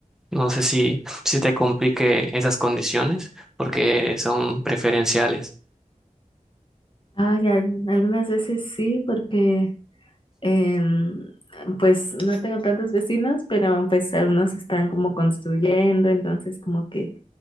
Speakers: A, in the centre; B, on the left.
A: No sé si, si te complique esas condiciones porque son preferenciales.
B: Ay, al- algunas veces sí, porque em, pues no tengo tantos vecinos, pero pues algunos están como construyendo, entonces como que